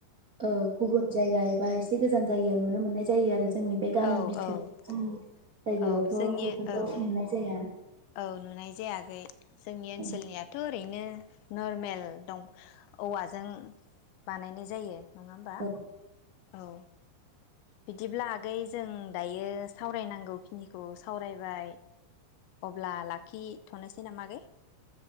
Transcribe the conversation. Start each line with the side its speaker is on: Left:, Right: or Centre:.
Right: औ गुबुन जायगा एबा एसे गोजान जायगायाव नुनो मोननाय जायो आरो जों जोंनि बे गामि
Left: औ
Right: बिथोरनि
Left: औ
Right: जोंनि जायगायावथ'
Left: औ जोंनि
Right: बेफोरखौ
Left: औ
Right: नुनाय जाया।
Left: औ नुनाय जायाखै जोंनि ओनसोलनियाथ'
Right: औ
Left: ओरैनो। ओ नरमेल दं औवाजों बानायनाय जायो। नङा होमबा
Right: औ
Left: औ। बिदिब्ला आगै जों दायो सावरायनांगौ खिनिखौ सावरायबाय अब्ला लाखि थ'नोसै नामा आगै?